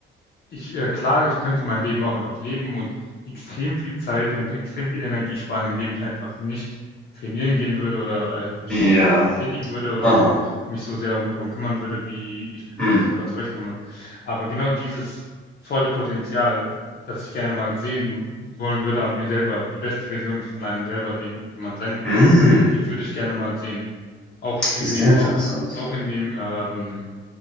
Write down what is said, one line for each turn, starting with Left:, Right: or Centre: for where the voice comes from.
Left: ich, äh, klar, ich könnte mein Leben auch einfach leben und extrem viel Zeit und extrem viel Energie sparen, indem ich einfach nicht trainieren gehen würde oder äh, mich sportlich
Centre: ja,
Left: betätigen würde oder
Centre: aha.
Left: mich so sehr um, darum kümmern würde, wie ich mit
Centre: Mm,
Left: meinem Körper zurechtkomme. Aber genau dieses volle Potenzial, das ich gerne mal sehen wollen würde an mir selber, die beste Version von einem selber, den, die man sein kann,
Centre: mm,
Left: die würde ich gerne mal sehen. Auch in
Centre: sehr
Left: dem,
Centre: interessant.
Left: auch, auch in dem ähm,